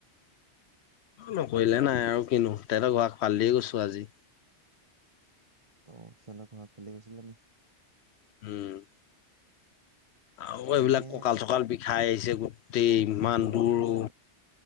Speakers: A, on the left; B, on the right.
A: নকৰিলে নাই আৰু কিনো তেহতৰ ঘৰৰ আগ ফালদিয়ে গৈছো আজি
B: অ সিহঁতৰ ঘৰৰ আগফালে গৈছিলে নেকি
A: উম আৰু এইবিলাক
B: মানে
A: কঁকাল চকাল বিষ খাই আহিছে গোটেই
B: অ
A: ইমান
B: সিহ ৰবা
A: দূৰো
B: ৰবা ৰবা